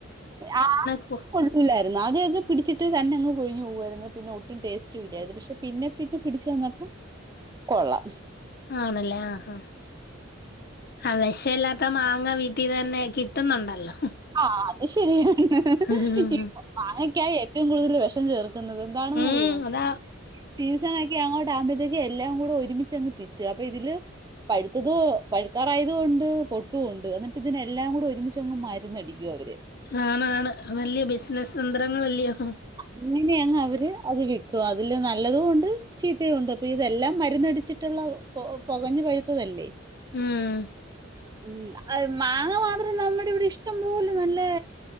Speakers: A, on the right; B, on the left.
A: ആഹ
B: കു
A: കൊട്ക്കൂല ആദ്യം പിടിച്ചിട്ട് തന്നെ അങ്ങ്പൊഴിഞ്ഞ് പോവായിരുന്നു പിന്നെ ഒട്ടും ടേസ്റ്റ് ഇല്ലാരുന്നു പക്ഷെ പിന്നെ പിന്നെ പിടിച്ചു വന്നപ്പം കൊള്ളാം
B: ആണല്ലേ ആഹ് ഹ വെഷല്ലാത്ത മാങ്ങ വീ ട്ടി തന്നെ കിട്ടുന്നുണ്ടല്ലോ
A: ആ അത് ശരിയാണ്
B: ഉം
A: ഇപ്പംമാങ്ങക്കാ റ്റവും കൂട്തൽ വെഷം ചേർ ക്കുന്നത് എന്താണന്നറിയോ
B: ഉം അതാ
A: സീസൺ ഒക്കെയാ ക്കെ ആവുമ്പോത്തേക്ക് എല്ലാം കൂടെ ഒരുമിച്ചങ്ങ് പിച്ചു അപ്പൊ ഇതില് പഴുത്തതും പഴുക്കാറായതും ഉണ്ട് പൊട്ടുണ്ട് എന്നിട്ട് ഇതിനെ എല്ലാം കൂടെ ഒരുമിച്ച്ങ്ങ് മ ര്ന്ന് അടിക്കും അവര്
B: ആണാണ് നല്ല ബിസിനസ് തന്ത്രങ്ങളല്ലയോ
A: അങ്ങനെയങ് അവര് അത് വി ക്കും അതില് നല്ലതും ഉണ്ട് ചീത്തയു ഉണ്ട് അപ്പൊ ഇതെല്ലാം മര്ന്നടിച്ചിട്ടുള്ള പൊകഞ്ഞ് പഴുത്തതല്ലേ
B: ഉം
A: ഉം അ മാങ്ങ മാത്രം നമ്മുടെ ഇവിടെ ഇഷ്ട്ടം പോലെ നല്ലേ